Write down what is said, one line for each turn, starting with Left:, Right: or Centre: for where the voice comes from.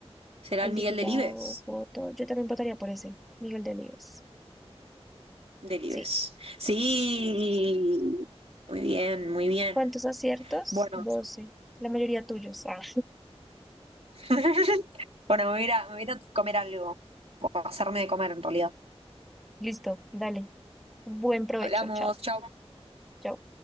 Right: ¿Será
Centre: El
Right: el Miguel
Centre: diputado
Right: Delibes?
Centre: voto, yo también votaría por ese, Miguel Delibes.
Right: Delibes.
Centre: Sí.
Right: Sí, muy bien, muy bien.
Centre: ¿Cuántos aciertos?
Right: Bueno,
Centre: doce La mayoría tuyos. Ah,
Right: <laughs> bueno, me voy a ir a- me voy a ir a comer algo, o hacerme de comer en realidad.
Centre: <laughs> listo, dale. Buen provecho.
Right: Hablamos,
Centre: chao.
Right: chao.
Centre: Chao.